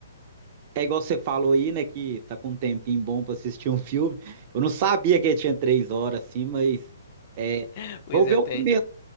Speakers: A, on the right; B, on the left.
A: É igual você falou aí, né? Que tá com um tempinho bom pra assistir um filme. Eu não sabia que ele tinha três horas assim, mas é,
B: <laughs> Pois
A: vou ver
B: é,
A: o
B: tem.
A: começo.